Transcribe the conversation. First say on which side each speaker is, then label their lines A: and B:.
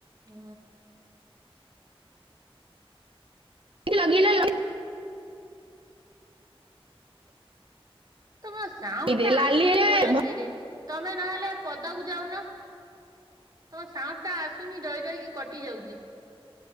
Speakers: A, on the right; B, on the right.
A: ହୁଁ।
B: ଟିକେ ଲଗେଇଲେ ଲାଗି
A: ତମ ସାଉଣ୍ଡ
B: ଲଗେଇଦେ
A: ଟା
B: ଲାଲି
A: ଆସୁନି
B: ହେଲେ
A: ଭଲ
B: ଭ
A: କିରେ ତମେ ନହେଲେ ପଦାକୁ ଯାଉନ। ତମ ସାଉଣ୍ଡ ଟା ଆସୁନି ଡଇ ଡଇକି କଟି ଯାଉଛି।